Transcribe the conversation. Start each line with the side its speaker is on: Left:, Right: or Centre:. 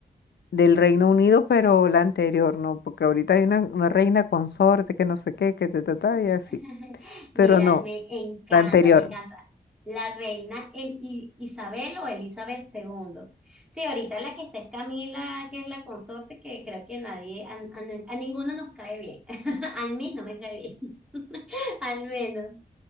Left: del Reino Unido, pero la anterior, ¿no? Porque ahorita hay una, una reina consorte que no sé qué, que te trata
Centre: <laughs>
Left: y así.
Centre: Mira,
Left: Pero no,
Centre: me encanta,
Left: la anterior.
Centre: me encanta. La reina el, I- Isabel o Elizabeth II. Sí, ahorita la que está es Camila, que es la consorte, que creo que nadie, a, a- a ninguno nos cae bien. <laughs> A mí no me cae bien, <laughs> al menos.